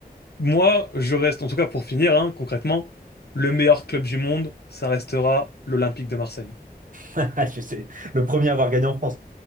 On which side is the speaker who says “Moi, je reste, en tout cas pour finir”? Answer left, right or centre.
Left